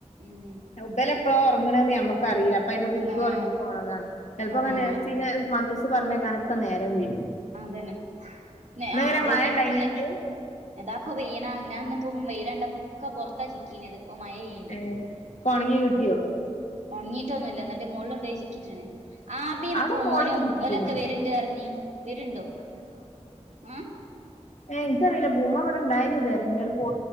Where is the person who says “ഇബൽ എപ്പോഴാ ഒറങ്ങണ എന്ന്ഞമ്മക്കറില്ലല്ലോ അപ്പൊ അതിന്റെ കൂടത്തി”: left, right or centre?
Left